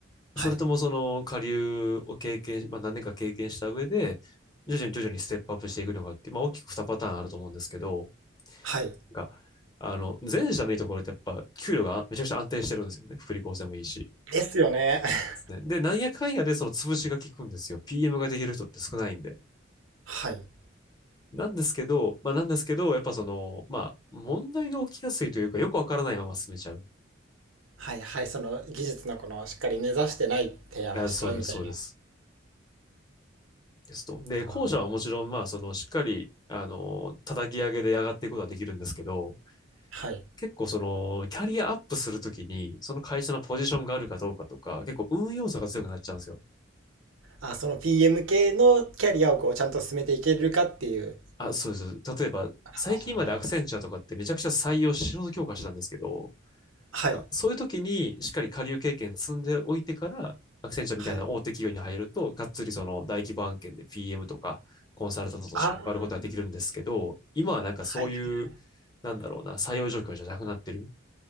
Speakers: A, on the right (about 85°); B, on the left (about 20°).
A: はい。
B: それともその下流を経験、まあ何年か経験した上で、徐々に徐々にステップアップしていくのかって、まあ大きく2パターンあると思うんですけど、
A: はい。
B: が、あの、前者のいいところってやっぱ給料がめちゃくちゃ安定してるんですよね。福利厚生もいいし。
A: ですよね。<laughs>
B: で、なんやかんやでその潰しが効くんですよ。PM ができる人って少ないんで。
A: はい。
B: なんですけど、まあなんですけど、やっぱその、まあ問題が起きやすいというか、よくわからないまま進めちゃう。
A: はいはい。その技術のこのしっかり根ざしてない提案をしちゃうみたいな。
B: あ、そうです、そうです。ですと。で、
A: あー
B: 後者はもちろん、まあそのしっかり、あの、叩き上げで上がっていくことはできるんですけど、
A: はい。
B: 結構その、キャリアアップするときに、その会社のポジションがあるかどうかとか、結構運要素が強くなっちゃうんですよ。
A: あその PM 系のキャリアをこうちゃんと進めていけるかっていう。
B: あ、そうです。例えば、最近までアクセンチュアとかってめちゃくちゃ採用、
A: あ
B: 死ぬほど強化してたんですけど、
A: はい。
B: だからそういう時にしっかり下流経験積んでおいてから、アクセンチャーみたいな大手企業に入ると、
A: はい。
B: がっつりその大規模案件で PM とかコンサルタントとして関わることができるんですけど、
A: あ。あ
B: 今はなんかそういう、
A: はいはいはい。
B: なんだろうな、採用状況じゃなくなってるっ